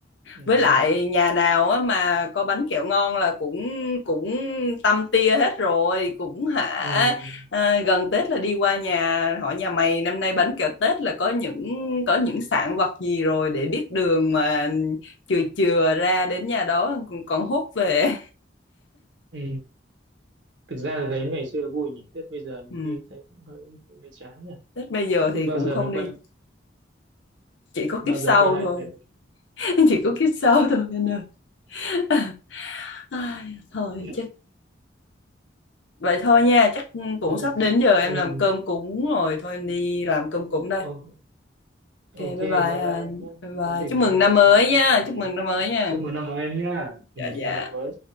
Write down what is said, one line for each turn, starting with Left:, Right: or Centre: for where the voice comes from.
Right: ừ
Left: với lại nhà nào á mà có bánh kẹo ngon là cũng cũng tâm tia hết rồi cũng hả
Right: ừ
Left: à, gần Tết là đi qua nhà hỏi nhà mày năm nay bánh kẹo Tết là có những có những sản vật gì rồi để biết đường mà chừa chừa ra đến nhà đó còn, còn hốt về
Right: ừ thực ra là thấy ngày xưa vui nhỉ Tết bây giờ nhiều
Left: ừ.
Right: khi thấy cũng hơi hơi, hơi chán nhỉ
Left: Tết bây giờ
Right: không biết
Left: thì
Right: bao
Left: cũng
Right: giờ
Left: không
Right: mới
Left: đi
Right: quay
Left: chỉ có
Right: bao
Left: kiếp sau
Right: giờ quay lại
Left: thôi
Right: lại được
Left: <laughs> chỉ có kiếp sau thôi anh ơi <laughs> Ai, thôi
Right: <laughs>
Left: chết Vậy thôi nha, chắc cũng
Right: thôi
Left: sắp đến giờ
Right: ừm,
Left: em làm cơm cúng rồi, thôi em đi làm cơm cúng đây.
Right: o-
Left: Ok,
Right: ok
Left: bye bye
Right: bye bye
Left: anh.
Right: em nhé
Left: Bye bye.
Right: có gì
Left: Chúc
Right: nói
Left: mừng năm
Right: chuyện
Left: mới
Right: sau nhé
Left: nha,
Right: ừ.
Left: chúc mừng năm mới nha.
Right: chúc mừng năm mới em nhé ừ,
Left: Dạ
Right: chúc
Left: dạ.
Right: mừng năm mới